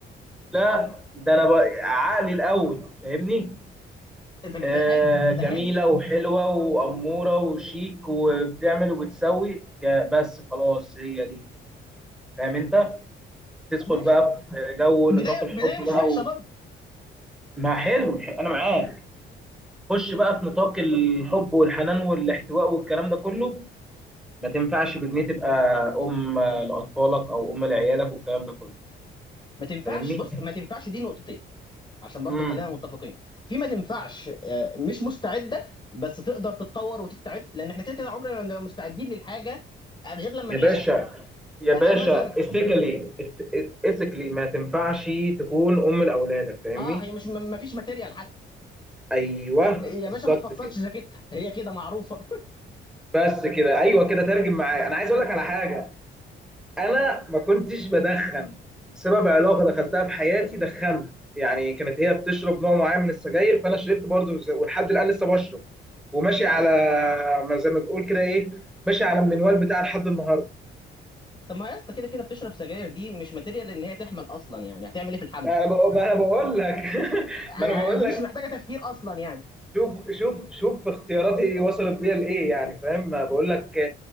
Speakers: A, in the centre; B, on the left (about 25°).
A: لا ده انا بقى عقلي الاول فاهمني
B: <laughs> طب
A: آه
B: ده حلو
A: جميله
B: ده حلو
A: وحلوه واموره وشيك وبتعمل وبتسوي جا- بس خلاص هي دي فاهم انت تدخل
B: طب ماشي
A: بقى في جو
B: بدايه
A: نطاق الحب
B: بدايه
A: بقى
B: مش وحشه
A: ما حلو ح- انا معاك خش بقى في نطاق الحب والحنان والاحتواء والكلام ده كله ما تنفعش بجنيه تبقى ام لاطفالك او ام لعيالك والكلام ده كله
B: ما تنفعش
A: فاهمني
B: بص ما تنفعش دي نقطتين عشان برضو
A: امم
B: خلينا متفقين في ما تنفعش آه، مش مستعده بس تقدر تتطور وتستعد لان احنا كده كده عمرنا ما مستعدين للحاجه غير لما
A: يا
B: نعيشها
A: باشا يا
B: يعني
A: باشا
B: انا مثلا
A: ethically ethically ما تنفعش تكون ام لاولادك فاهمني
B: اه هي مش ما فيش ماتيريال حتى
A: ايوه بالظبط
B: يا باشا ما تفصلش
A: كده
B: جاكيتها هي كده معروفه
A: بس كده ايوه كده ترجم معايا انا عايز اقول لك على حاجه انا ما كنتش بدخن بسبب علاقه دخلتها بحياتي دخنت يعني كانت هي بتشرب نوع معين من السجاير فانا شربت برضه زي- ولحد الان لسه بشرب
B: <laughs>
A: وماشي
B: طب
A: على ما زي ما بنقول كده ايه ماشي على المنوال بتاع لحد النهارده
B: طب ما يا اسطى كده كده بتشرب سجاير دي مش ماتيريال ان هي تحمل اصلا يعني هتعمل ايه في الحمل
A: ما انا بقول, ما أنا بقول لك <laughs>
B: آه،
A: ما انا بقول
B: آه، دي مش محتاجه تفكير اصلا يعني
A: شوف شوف شوف اختياراتي وصلت بيا لايه يعني فاهم ما بقول لك آه،